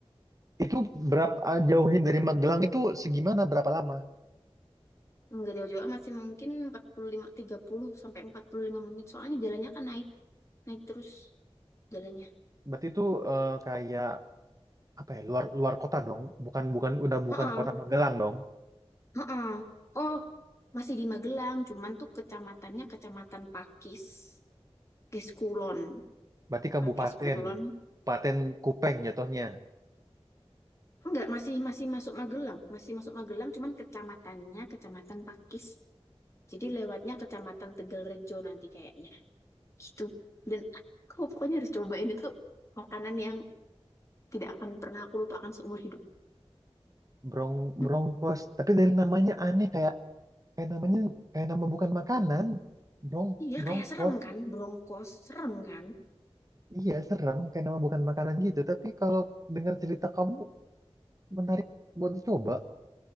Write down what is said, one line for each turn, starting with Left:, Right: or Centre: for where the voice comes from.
Right: Itu berapa jauhnya dari Magelang itu segimana berapa lama?
Left: Enggak jauh-jauh amat sih mungkin empat puluh lima, tiga puluh sampai 45 menit. Soalnya jalannya kan naik naik terus jalannya.
Right: Berarti itu eh, kayak apa ya luar luar kota dong, bukan bukan udah bukan
Left: Heeh.
Right: kota Magelang dong.
Left: Heeh. Oh, masih di Magelang, cuman tuh kecamatannya kecamatan Pakis. pakai skulon
Right: Berarti kabupaten,
Left: pakai skulon
Right: Kabupaten Kupeng jatuhnya.
Left: enggak masih masih masuk Magelang masih masuk Magelang cuman kecamatannya kecamatan Pakis jadi lewatnya kecamatan Tegal Rejo nanti kayaknya gitu dan aku pokoknya harus cobain itu makanan yang tidak akan pernah aku lupakan seumur hidup
Right: Brong
Left: Hm,
Right: Brongkos, tapi dari namanya aneh kayak kayak namanya kayak nama bukan makanan. Brong
Left: iya
Right: Brongkos,
Left: kayak serem kan Bronkos serem kan
Right: iya serem kayak nama bukan makanan gitu. Tapi kalau dengar cerita kamu menarik buat dicoba.